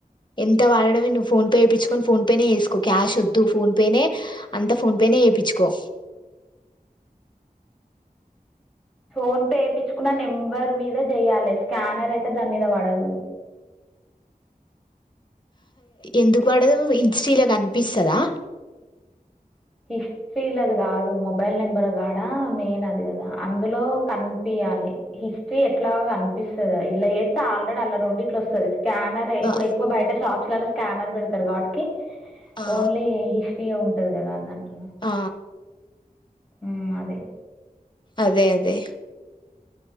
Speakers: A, on the left; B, in the centre.
A: ఎంత వాడడమే నువ్వు ఫోన్ పేయించుకుని ఫోన్ పేనే వేసుకో క్యాష్ వద్దు ఫోన్ పేనే అంత ఫోన్ పేనే ఇప్పిచుకో
B: ఫోన్ పేయిచ్చుకున్న నెంబర్ మీద చెయ్యాలి స్కానర్ అయితే దాని మీద పడదు
A: ఎందుకు పడదు హిస్టరి ల కనిపిస్తాదా
B: హిస్టరీలది కాదు మొబైల్ నెంబర్ కాడా మెయిన్ అది కదా అందులో కనిపి ని హిస్టరీ ఎట్లా కనిపిస్తుందా ఇలా చేస్తే ఆల్రెడీ అలా రెండిట్లు వస్తుంది స్కానర్
A: ఆ
B: ఇప్పుడు ఎక్కువ బయట షాప్స్ లోలో స్కానర్ పెడతారు వాటికీ
A: ఆ
B: ఓన్లీ హిస్టరీ ఉంటది కదా దాన్కి
A: ఆ
B: ఉ అదె
A: అదె అదె